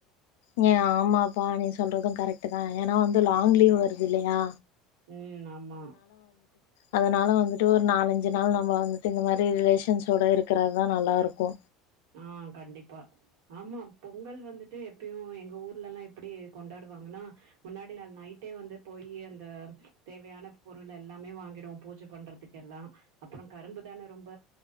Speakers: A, on the left; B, on the right.
A: ஏ ஆமாப்பா நீ சொல்றது கரெக்ட் தா ஏனா வந்து லாங் லீவ் வர்து இல்லயா
B: உம் ஆமா
A: அதனால வந்துட்டு ஒரு நாலஞ்சு நாள் நம்ம வந்துட்டு இந்த மாறி ரிலேஷன்சோட இருக்குறதுதா நல்லா இருக்கு
B: ஆஹ் கண்டிப்பா ஆமா பொங்கல் வந்துட் டு எப்யு எங்க ஊர்லலா எப்டி கொண்டாடுவாங்கனா முன்னாடி நாள் நைட்டே வந்து போய் அந்த தேவையான பொருள் எல்லாமே வாங்கிடுவோ பூஜ பண்றதுக்கு எல்லா அப்றோ கரும்பு தானே ரொம்ப